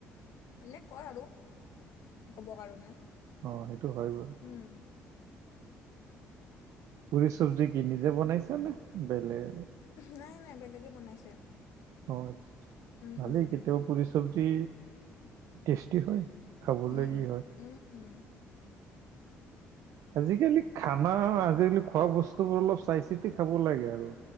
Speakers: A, on the left; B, on the right.
A: এনে কয় আৰু ক'ব কাৰণে।
B: অ' সেইটো হয় বাৰু।
A: উম।
B: পুৰি চব্জি কি নিজে বনাইছা নে, বেলেগ।
A: নাই, নাই বেলেগে বনাইছে।
B: অ' আচ্চা, আচ্চা
A: উম,
B: ভালেই
A: উম, উম,
B: কেতিয়াবা পুৰি চব্জি টেষ্টি হয়। খাবলৈ
A: উম, উম,
B: ই হয়
A: উম, উম।
B: আজিকালি খানা, আজিকালি খোৱা বস্তুবোৰ অলপ চাই চিতি খাব লাগে আৰু।